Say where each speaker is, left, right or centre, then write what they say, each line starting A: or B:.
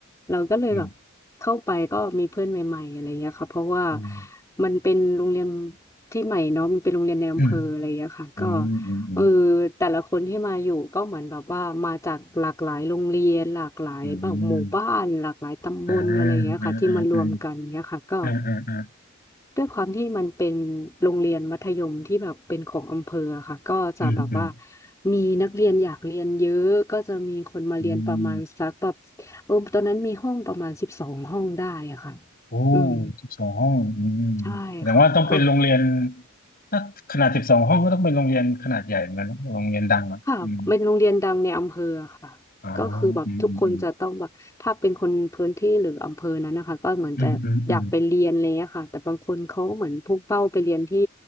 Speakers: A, on the left; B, on the left.
A: เราก็เลยแบบเข้าไปก็มีเพื่อนใหม่ๆอะไรเงี้ยค่ะเพราะว่า
B: อืมอืม
A: มันเป็นโรงเรียนที่ใหม่เนาะมันเป็นโรงเรียนในอำเภออะไรเงี้ยค่ะก็
B: อืมอืมอืม
A: เออแต่ละคนที่มาอยู่ก็เหมือนแบบว่ามาจากหลากหลายโรงเรียนหลากหลายแบบหมู่บ้านหลากหลายตำบลอะไรเงี้ยค่ะที่มารวมกันเงี้ยค่ะก็
B: อืมอืมอืมอ่าอืมอืมอืมอืมอืม
A: ด้วยความที่มันเป็นโรงเรียนมัธยมที่แบบเป็นของอำเภออะค่ะก็จะแบบว่า
B: อืมอืม
A: มีนักเรียนอยากเรียนเยอะก็จะมีคนมาเรียนประมาณสักแบบเออตอนนั้นมีห้องประมาณสิบสองห้องได้อะค่ะ
B: อืม โอ้
A: อืม
B: สิบสองห้องอืม
A: ใช่ค่ะก็
B: แสดงว่าต้องเป็นโรงเรียนถ้าขนาดสิบสองห้องก็ต้องเป็นโรงเรียนขนาดใหญ่เหมือนกันเนอะโรงเรียนดังอ่ะอืม
A: ค่ะเป็นโรงเรียนดังในอำเภอค่ะก็คือแบบทุกคนจะต้องแบบถ้าเป็นคนพื้นที่หรืออำเภอนั้นนะคะก็เหมือนจะอยากไปเรียนอะไรเงี้ยค่ะแต่บางคนเขาเหมือนพุ่งเป้าไปเรียนที่
B: อ๋ออืมอืมอืมอืมอืม